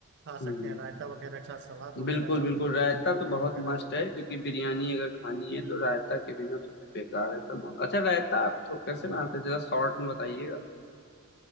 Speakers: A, on the right; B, on the left.
A: खा सकते
B: हम्म हम्म,
A: हैं रायता वगैरह के साथ सलाद वगैरह
B: बिल्कुल
A: के साथ
B: बिल्कुल
A: नींबू
B: रायता
A: वूबू
B: तो
A: टुकड़ा
B: बहुत
A: वगैरह
B: मस्त
A: लेके
B: है क्योंकि बिरयानी अगर खानी
A: हम्म
B: है तो रायता के बिना तो फिर बेकार है तो मामला अच्छा रायता आप तो कैसे
A: हम्म।
B: बनाते हैं जरा शॉर्ट में बताइएगा